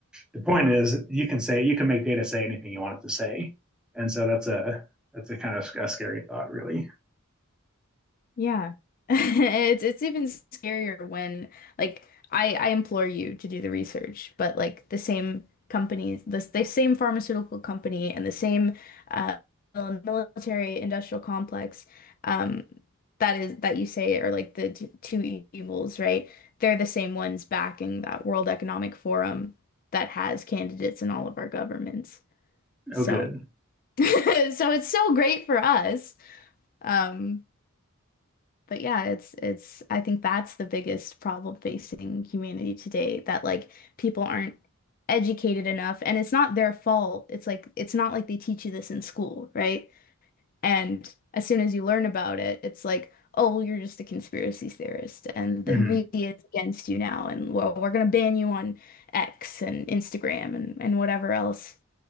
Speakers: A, in the centre; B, on the left.
A: the point is you can say you can make data say anything you want it to say and so that's a that's a kind of a scary thought really
B: Yeah. <laughs> It's it's even scarier when like I I implore you to do the research, but like the same company, the, the same pharmaceutical company and the same uh military industrial complex um that is that you say are like the t two evils, right? They're the same ones backing that World Economic Forum that has candidates in all of our governments. So
A: oh good
B: <laughs> so it's so great for us. Um but yeah, it's it's I think that's the biggest problem facing humanity today that like people aren't educated enough and it's not their fault. It's like it's not like they teach you this in school, right? And as soon as you learn about it, it's like, oh, well, you're just a conspiracy theorist and
A: mm-hmm.
B: the media is against you now and well, we're gonna ban you on X and Instagram and and whatever else.